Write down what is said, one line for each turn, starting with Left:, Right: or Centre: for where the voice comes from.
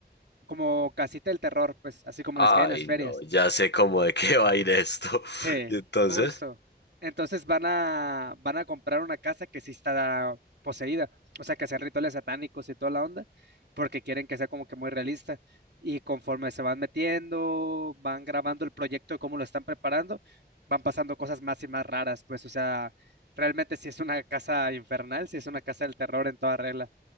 Right: como casita del terror, pues, así como
Left: Ay,
Right: las que hay en las ferias.
Left: no, ya sé cómo de qué va a ir esto. <laughs>
Right: Sí,
Left: Y entonces,
Right: justo. Entonces van a, van a comprar una casa que sí está poseída, o sea, que hacen rituales satánicos y toda la onda, porque quieren que sea como que muy realista. Y conforme se van metiendo, van grabando el proyecto de cómo lo están preparando, van pasando cosas más y más raras, pues, o sea, realmente si es una casa infernal, si es una casa del terror en toda regla.